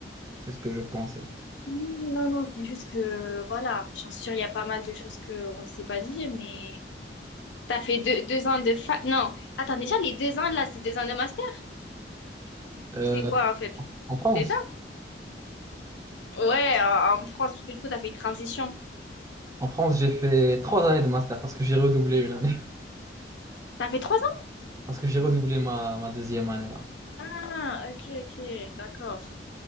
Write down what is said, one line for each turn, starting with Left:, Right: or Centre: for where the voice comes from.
Right: C'est ce que je pensais.
Left: Non, non, non, c'est juste que, voilà, j'en suis sûre, il y a pas mal de choses qu'on ne s'est pas dit, mais... T'as fait deux, deux ans de fac... Non, attends, déjà, les deux ans, là, c'est deux ans de master?
Right: Euh,
Left: Ou c'est quoi, en fait?
Right: en France,
Left: C'est ça? Ouais, en, en France, parce que du coup, t'as fait une transition.
Right: en France, j'ai fait trois années de master parce que j'ai redoublé une année.
Left: T'as fait trois ans?
Right: Parce que j'ai redoublé ma, ma deuxième année, ouais.
Left: Ah, ok, ok, d'accord.